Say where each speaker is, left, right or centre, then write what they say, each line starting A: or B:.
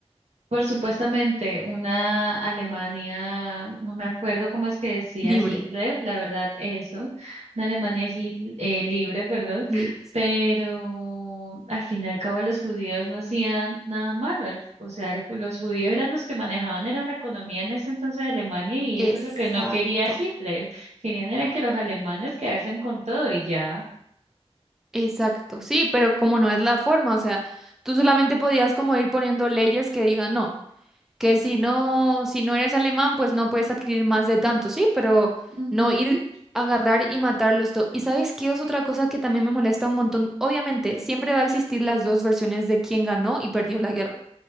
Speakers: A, on the right (about 75°); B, in the centre.
A: por supuestamente una Alemania, no me acuerdo cómo es que decía
B: Libre,
A: Hitler, la verdad eso, una Alemania Hit- eh, libre, perdón,
B: libres.
A: pero al fin y al cabo los judíos no hacían nada malo, al- o sea, el- los judíos eran los que manejaban, eran la economía en ese entonces de Alemania y
B: Exacto.
A: eso es lo que no quería Hitler, querían era que los alemanes quedarse con todo y ya.
B: Exacto, sí, pero como no es la forma, o sea, tú solamente podías como ir poniendo leyes que digan no. que si no, si no eres alemán, pues no puedes adquirir más de tanto, sí, pero
A: Ujú,
B: no ir a agarrar y matarlos todo. ¿Y sabes qué es otra cosa que también me molesta un montón? Obviamente, siempre va a existir las dos versiones de quién ganó y perdió la guerra